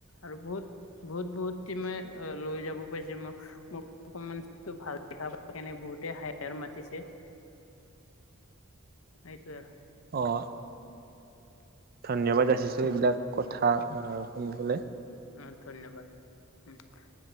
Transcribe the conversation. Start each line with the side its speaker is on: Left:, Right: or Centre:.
Left: আৰু বহুত- বহুত-বহুত তিমে লৈ যাব পাইছে মোক। মোক অকমান ভাল দেখা পায় কিণে বহুতে হাইয়াৰ মাতিছে। হেইটোৱে।
Right: অঁ ধন্যবাদ যাচিছো এইবিলাক কথা শুনিবলে।
Left: আৰু ধন্যবাদ উম